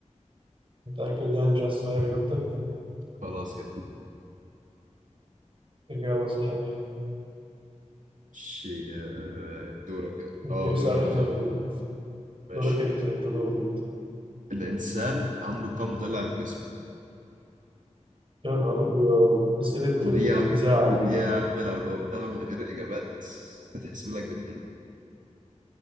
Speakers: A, on the right; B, on the right.
A: متأكد يعني مش عايز تغير إجابتك
B: خلاص كده
A: إجابة صحيحة
B: ماشي آه، دورك
A: اديني
B: اه دور
A: سؤال
B: أنا صح
A: حلو كده
B: ماشي
A: دورك أنت أنت دورك أنت
B: الإنسان عنده كم ضلع في جسمه
A: يا نهار أبيض أسئلة
B: ودي
A: الإذاعة
B: يا عم ودي
A: دي أنت
B: يا عم لو جاوبتها من غير إجابات تتحسب لك باتنين